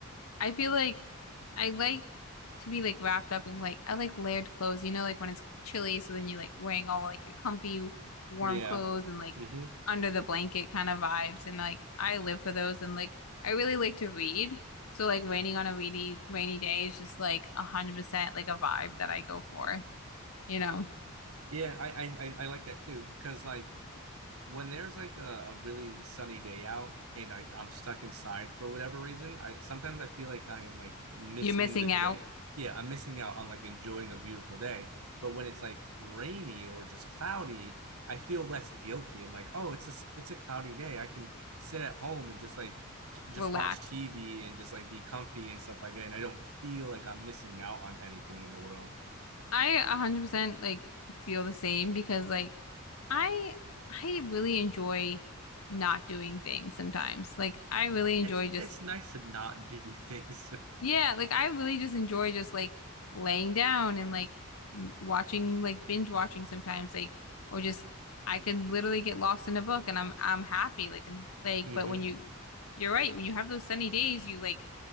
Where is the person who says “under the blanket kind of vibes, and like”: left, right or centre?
Left